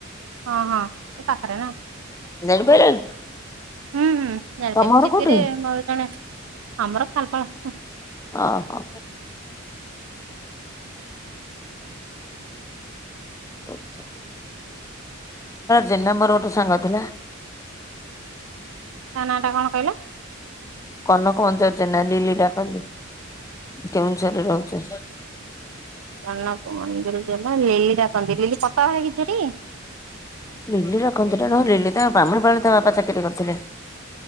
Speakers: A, on the right; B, on the left.
A: ହଁ ହଁ ଏ ପାଖରେ ନା।
B: ଜାଣିପାରିଲନି?
A: ହୁଁ ହୁଁ ଜାଣିପାରି,
B: ତମ ଘର
A: ଚିତିରେ
B: କୋଉଠି?
A: ମୋର ଜଣେ ଆମର ଖାଲପାଳ
B: ଅ ହଁ। <unintelligible> ଜେନା ମୋର ଗୋଟେ ସାଙ୍ଗ ଥିଲା।
A: ତା ନାଁ ଟା କଣ କହିଲେ?
B: କନକ ମଞ୍ଚାର ଜେନା ନିଲି ଡାକନ୍ତି, କେଉଁଝରରେ ରହୁଛି।
A: କନକ ମନ୍ଦିର ଜେନା ଲିଲି ଡାକନ୍ତି, ଲିଲି ପତଳା ହେଇକି ଝିଅ ଟି?
B: ଲିଲି <unintelligible> ଲିଲି ତା ବାମୁଣି ପାଳିରେ ତା ବାପା ଚାକିରି କରିଥିଲେ।